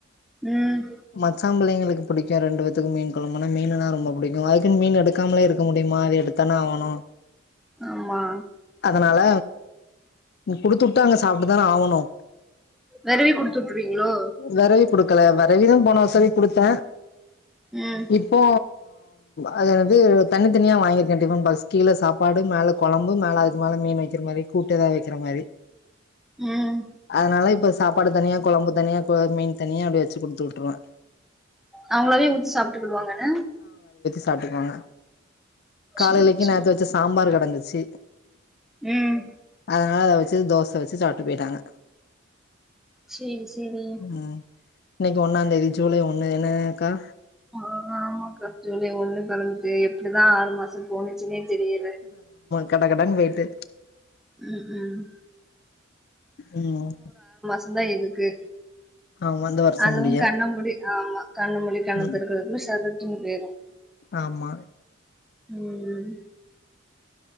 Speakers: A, in the centre; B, on the left (about 50°).
A: ம்
B: மச்சாம் பிள்ளைங்களுக் பிடிக்கு ரெண்டு பேத்துக்கு மீன் குழம்புனா மீனுனா ரொம்ப பிடிக்கு அதுக்கு மீன் எடு எடுக்காமலே இருக்க முடியுமா அது எடுத்தான ஆகணு
A: ஆமா
B: அதனால கொடுத்து விட்டா அங்க சாப்ட்டுதான ஆவணு
A: வெரவி குடுத்து வுட்ருவீங்களோ
B: விரவி கொடுக்கல வற விரவி தா போன வருஷவரை கொடுத்த
A: ம்
B: இப்போ அது இது தனித்தனியா வாங்கிருக்கே டிபன் பாக்ஸ் கீழ சாப்பாடு மேல குழம்பு மேல அதுக்கு மேல மீன் வைக்கிற மாரி கூட்டு எதா வைக்கிற மாரி
A: ம்
B: அதனால இப்ப சாப் பாடு தனியா குழம்பு தனியா மீன் தனியா அப்படி வச்சு கொடுத்து விட்டுருவ
A: அவங்களாவே ஊத்தி சாப்ட்டுகிடுவாங்கன
B: சாப்ட்டுக்குவாங்க காலையிலைக்
A: சேரி சேரி
B: நேத்த வச்ச சாம்பார் கிடந்துச்சு
A: ம்
B: அதனால அத வச் சு தோச வச்சு சாப்ட்டு போயிட்டாங்க
A: சேரி சேரி
B: ம் இன்னைக்கு ஒன்னாந் தேதி ஜூலை ஒன்னு என்னங்கக்கா
A: ஆ ஆமாக்கா ஜூலை ஒண்ணு பெறந்து எப்டிதா ஆறு மாசோ போனுச்சுன்னே தெரியல
B: கடகடனு போய்ட்டு
A: ம் ம்
B: உம்
A: ந்தா இதுக்கு
B: ஆமா இந்த வருஷம்
A: அதுவு
B: முடிய
A: கண்ணமூடி ஆமா கண்ணமூடி கண்ணதெறக்கறதுக்குல்ல
B: ம்
A: சரட்டுன்னு போயிரு
B: ஆமா
A: உம்